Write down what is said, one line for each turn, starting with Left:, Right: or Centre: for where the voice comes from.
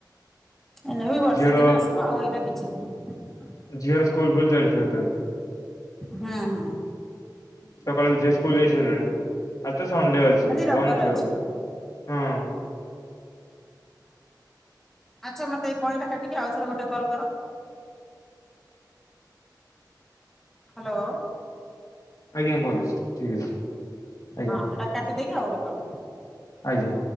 Centre: ଏଇନେ ବି ବର୍ଷା
Left: ଝିଅର
Centre: ଦିନ ଆସିବ ଆଉ ଏଇନା କିଛି ନାହିଁ।
Left: ଝିଅ ସ୍କୁଲ ଫୁଲ ଚାଲିଥିବ ତାହେଲେ।
Centre: ହୁଁ ହୁଁ।
Left: ସକାଳର ଝିଅ ସ୍କୁଲ ଯାଇ ସାରିଲାଣି ଆଜି ତ ସ୍କୁଲ୍ ସଣ୍ଡେ ଅଛି
Centre: ଆଜି ରବିବାର
Left: ବନ୍ଦ ଥିବ
Centre: ଅଛି
Left: ତ, ହଁ।
Centre: ଆଚ୍ଛା ମୋତେ ଏଇ କଲ୍ଟା କାଟିକି ଆଉଥରେ ଗୋଟେ କଲ୍ କର। ହ୍ୟାଲୋ।
Left: ଆଜ୍ଞା କରୁଚି, ଠିକ ଅଛି। ଆଜ୍ଞା
Centre: ହଁ ଏଟା କାଟିଦେଇକି ଆଉ ଗୋଟେ କର।
Left: ଆଜ୍ଞା।